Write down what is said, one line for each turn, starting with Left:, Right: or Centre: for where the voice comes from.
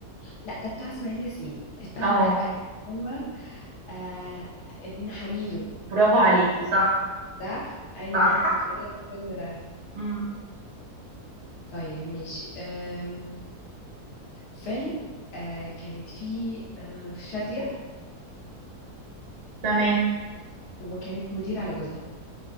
Left: لا ده بتاع اسماعيل ياسين استني
Right: آه،
Left: لا هو آه ابن حميدو
Right: برافو عليكِ، صح،
Left: صح ايوه
Right: صح.
Left: فاكرة الفيلم ده
Right: إمم،
Left: طيب ماشي أم... فيلم أه كانت فيه أه شادية
Right: تمام.
Left: وكانت مدير على جوزها